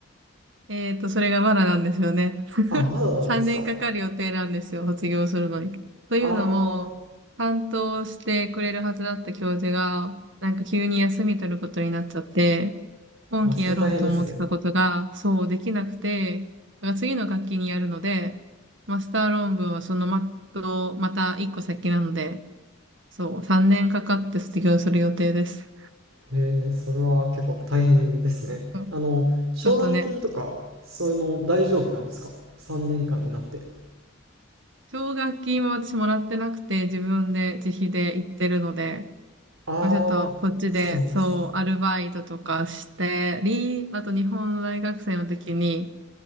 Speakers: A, on the right; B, on the right.
A: えっと、それがまだなんですよね。<laughs>
B: あ、まだなんですか。
A: 3年かかる予定なんですよ、卒業するのに。というのも、
B: あ
A: 担当してくれるはずだった教授が、なんか急に休み取ることになっちゃって、
B: あ、
A: 今期やろうと思ってたことが、
B: あ、それ大変ですね。
A: そうできなくて、だから次の学期にやるので、マスター論文はそのまと、また一個先なので、そう、3年かかって卒業する予定です。
B: へえ、それは結構大変ですね。
A: そう
B: あの、奨学金とか、
A: ちょっとね、
B: そういうの大丈夫なんですか ?3 年間になって。
A: 奨学金は私もらってなくて、自分で自費で行ってるので、
B: ああ、
A: まあ、ちょっとこっちで、
B: そうなんですね。
A: そう、アルバイトとかしてり、あと日本の大学生の時に、